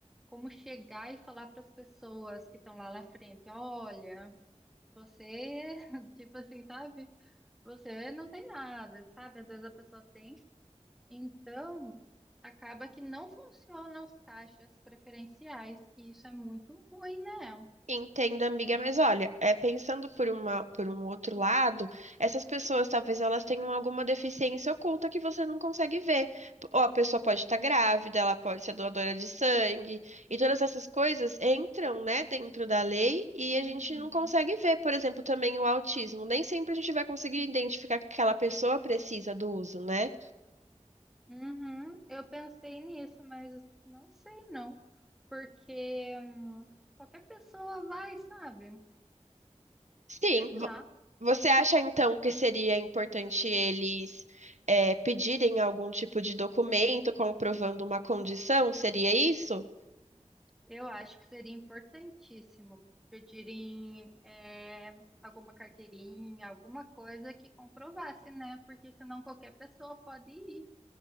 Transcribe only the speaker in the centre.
como chegar e falar para as pessoas que estão lá na frente, olha, você, <laughs> tipo assim, sabe? Você não tem nada, sabe? Às vezes a pessoa tem. Então, acaba que não funcionam os caixas preferenciais e isso é muito ruim, né?
Uhum.
Uhum, eu pensei nisso, mas não sei não, porque hum, qualquer pessoa vai, sabe?
Sei lá.
Uhum.
Eu acho que seria importantíssimo pedirem é, alguma carteirinha, alguma coisa que comprovasse, né? Porque senão qualquer pessoa pode ir.